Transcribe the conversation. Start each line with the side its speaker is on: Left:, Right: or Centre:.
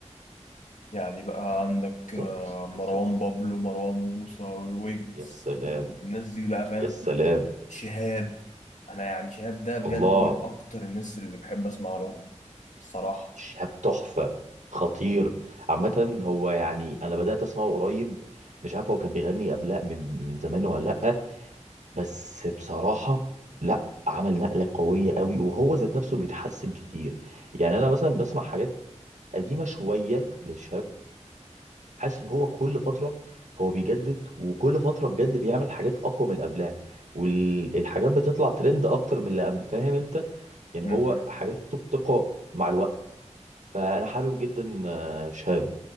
Left: يعني بقى عندك
Right: بالظبط
Left: آه، مروان
Right: بالظبط
Left: بابلو مروان موسى ويجز
Right: يا سلام
Left: الناس دي بقى فاهم
Right: يا سلام
Left: شهاب أنا يعني شهاب ده بجد
Right: الله
Left: من أكتر الناس اللي بحب أسمع لهم الصراحة
Right: شاب تحفه خطير عامة هو يعني انا بدأت اسمعه قريب مش عارف هو كان بيغني قبلها من من زمان ولا لأ بس بصراحة لأ عمل نقلة قوية قوي وهو ذات نفسه بيتحسن كتير يعني انا مثلا بسمع حاجات قديمه شويه للشاب حاسس ان هو كل فتره هو بيجدد وكل فتره بجد بيعمل حاجات اقوى من اللي قبلها والحاجات بتطلع ترند اكتر من اللي قبل فاهم انت يعني
Left: م-
Right: هو
Left: م.
Right: حاجاته بتقوى مع الوقت فانا حابب جدا آه، شهاب